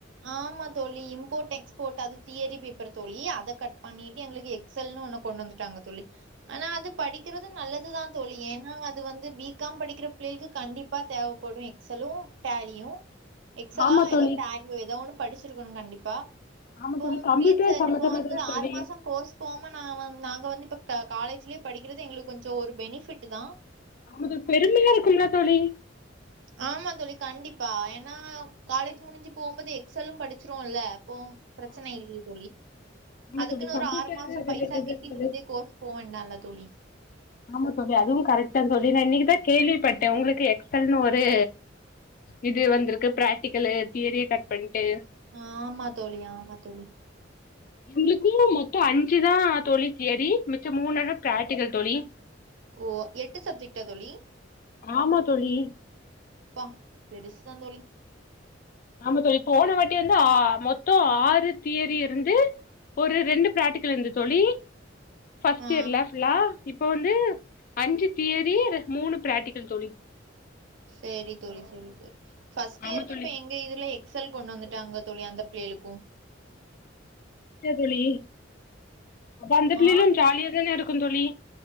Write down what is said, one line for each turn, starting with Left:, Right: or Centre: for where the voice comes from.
Right: ஆமா தோழி இம்போட் எக்ஸ்போட் அது தியரி பேப்பர் தோழி அத கட் பண்ணிட்டு எங்களுக்கு எக்ஸ் எல் னு ஒன்ன கொண்டு வந்து ட்டாங்க தோழி ஆனா அது படிக்கறது நல்லது தா தோழி ஏனா அது வந்து பி காம் படிக்கிற பிள்ளையள்க்கு கண்டிப் பா தேவப்படு எக்ஸ் எலு, டேலியு எக்ஸ் எலா
Left: ஆமா தோழி
Right: எதோ டேலியோ எதோ ஒன்னு படிச்சிருக்கணு கண்டிப்பா
Left: ஆமா
Right: போம்
Left: தோழி கம்ப்யூட்டர்
Right: ஃபீஸ் என்ன
Left: சம்பந்தமாதான
Right: இப்போ வந்து
Left: தோழி
Right: ஆறு மாசோ கோர்ஸ் போம நா வந் நாங்க வந்து இப்ப க காலேஜ்லயே படிக்கிறது எங்களுக் கொஞ்சோ ஒரு பெனிஃபிட்டு தா
Left: ஆமா இது ஒரு பெருமையா இருக்குல்ல தோழி
Right: ஆமா தோழி கண்டிப்பா ஏனா காலேஜ் முடிஞ்சு போம்போது எக்ஸ் எலு படிச்சிருவோல்ல போம் பிரச்சன இல்லயே தோழி
Left: ஆமா
Right: அதுக்குனு
Left: தோழி
Right: ஒரு
Left: கம்ப்யூட்டர்
Right: ஆறு மாசோ பைசா
Left: ரிலேட்டடா
Right: கெட்டி
Left: இருக்குது
Right: விட்றது கோர்ஸ் போ வேண்டால்ல தோழி
Left: ஆமா தோழி அதுவு கரெக்ட் தா தோழி நா இன்னிக்கு தா கேள்விப்பட்டே உங்களுக்கு எக்ஸ் எல் னு ஒரு இது வந்துருக்கு ப்ராக்ட்டிக்கலு தியரிய கட் பண்ட்டு
Right: அ ஆமா தோழி ஆமா தோழி
Left: எங்களுக்குல்லா மொத்தோ அஞ்சு தா தோழி தியரி மிச்சோ மூணன்னோ ப்ராக்டிக்கல் தோழி
Right: ஓ எட்டு சப்ஜெக்ட்டா தோழி
Left: ஆமா தோழி
Right: பா பெருஸ்தா தோழி
Left: ஆமா தோழி போன வாட்டி வந்து ஆ மொத்தோ ஆறு தியரி இருந்து ஒரு ரெண்டு ப்ராக்ட்டிக்கல் இருந்துது தோழி ஃபஸ்ட்
Right: ஆ
Left: இயர்ல ஃபுல்லா இப்ப வந்து அஞ்சு தியரி ரெ மூணு ப்ராக்ட்டிக்கல் தோழி
Right: சேரி தோழி சேரி தோழி ஃபஸ்ட்
Left: ஆமா
Right: இயர்க்கு
Left: தோழி
Right: இப்ப எங் க இதுல எக்ஸ் எல் கொண்டு வந்துட்டாங்க தோழி அந்த பிள்ளையளுக்கு
Left: சேரி தோழி அந்த பிள்ளையலு
Right: ஆ
Left: ஜாலியா தான இருக்கு தோழி